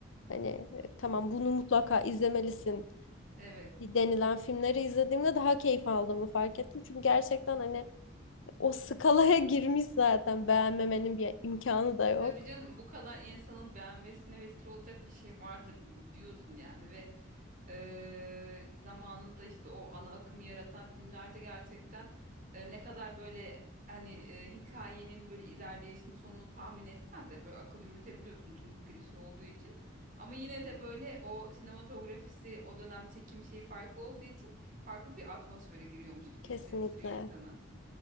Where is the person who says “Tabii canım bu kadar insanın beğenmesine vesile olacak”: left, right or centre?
Right